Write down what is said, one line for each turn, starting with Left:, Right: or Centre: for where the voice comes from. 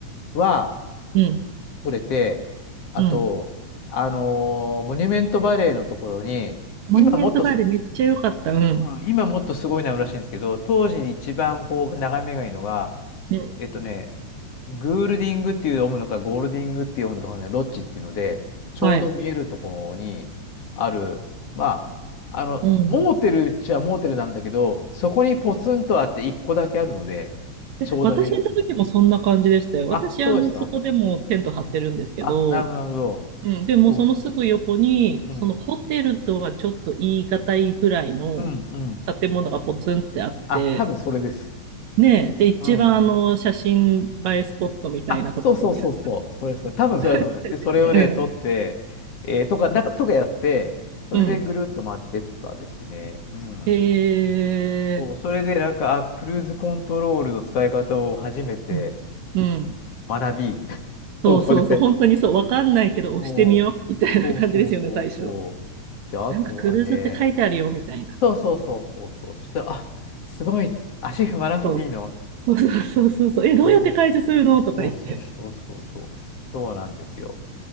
Left: は
Right: うん。
Left: 取れて、あと、
Right: うん。
Left: あのーモニュメントバレーのところに、
Right: モニュメントバレーめっちゃ良かった。
Left: 今もっと
Right: うん。
Left: うん、今もっとすごいのあるらしいんですけど、当時一番こう眺めがいいのが、
Right: うん。
Left: えっとね、グールディングっていう読むのか、ゴールディングって読むのか、ね、ロッジっていうので、ちょうど見えるところにある、
Right: はい。
Left: まあ、あの、
Right: うん。
Left: モーテルっちゃモーテルなんだけど、そこにポツンとあって一個だけあるので、
Right: え、
Left: ちょうど見えるところに。
Right: 私行った時もそんな感じでしたよ。
Left: あ、
Right: 私、
Left: そうでした。
Right: あの、そこでもテント張ってるんですけど、
Left: うんあ、なるほど、なるほど。
Right: うん、でもそのすぐ横に、
Left: そうそう。うん。
Right: そのホテルとはちょっと言い難いぐらいの
Left: うん、うん。
Right: 建物がポツンってあって、
Left: あ、多分それです。
Right: ねえ、で、一番あの写真映えスポットみたいなところにあ
Left: うん。あ、そうそうそうそう。それそれ。多分それだと思う。
Right: るんですよね。
Left: で、それをね、
Right: うん。
Left: 取って、えーとか、なんか、とかやって、それでぐるっと回ってったですね。
Right: うん。
Left: うん。
Right: え
Left: そう、それでなんか、あ、クルーズコントロールの使い方を初めて
Right: ー、うん。うん。
Left: 学び、<laughs> ここで。
Right: そうそうそう、本当にそう、わかんないけど押してみよう、
Left: そう、
Right: みたいな感じですよね、
Left: そうそうそうそう。
Right: 最初。
Left: で、あとはね、
Right: なんかクルーズって書いてあるよ、みたいな。
Left: そうそうそうそうそう。そしたら、あ、すごい、足踏まなくていいの。
Right: そう。そうそうそうそうそう。え、どうやって解除するのとか言って。
Left: おうそうそうそうそうそう。そうなんですよ。